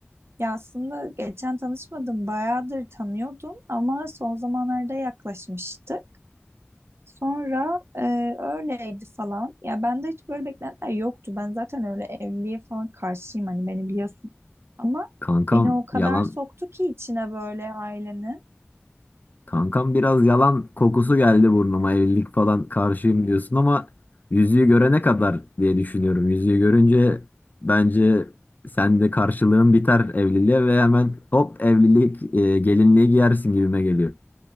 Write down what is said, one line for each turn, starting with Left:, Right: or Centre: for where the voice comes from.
Right: Ya aslında geçen tanışmadım, bayağıdır tanıyordum ama son zamanlarda yaklaşmıştık. Sonra e, öyleydi falan. Ya bende hiç böyle beklentiler yoktu. Ben zaten öyle evliliğe falan karşıyım hani beni biliyorsun. Ama
Left: Kankam
Right: beni o kadar
Left: yalan
Right: soktu ki içine böyle ailenin.
Left: Kankam biraz yalan kokusu geldi burnuma. Evlilik falan karşıyım diyorsun ama yüzüğü görene kadar diye düşünüyorum. Yüzüğü görünce bence sen de karşılığın biter evliliğe ve hemen hop evlilik e, gelinliği giyersin gibime geliyor.